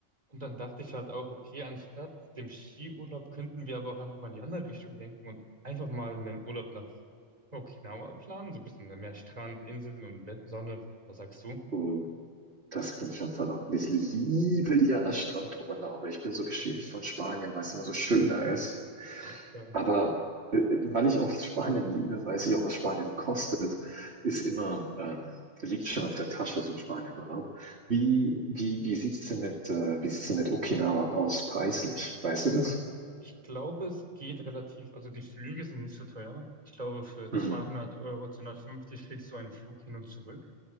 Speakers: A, on the right; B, on the right.
A: Und dann dachte ich halt auch, okay, anstatt dem Skiurlaub könnten wir aber auch einfach mal in die andere Richtung denken und einfach mal einen Urlaub nach Okinawa planen, so ein bisschen mehr Strand, Inseln und Wett- Sonne. Was sagst du?
B: Oh, das klingt schon verlockend. Ich liebe ja das Strandurlaube. Ich bin so geschädigt von Spanien, weil es immer so schön da ist.
A: Ach, Ja.
B: Aber äh, äh, weil ich auch Spanien liebe, weiß ich auch, was Spanien kostet, ist immer, ähm, liegt schon auf der Tasche, so ein Spanienurlaub. Wie, wie, wie sieht's denn mit, äh, wie sieht's denn mit Okinawa aus, preislich? Weißt du das?
A: Ah, Ich glaube, es geht relativ, also die Flüge sind nicht so teuer. Ich glaube, für
B: Mhm.
A: 200 Euro, 250 kriegst du einen Flug hin und zurück.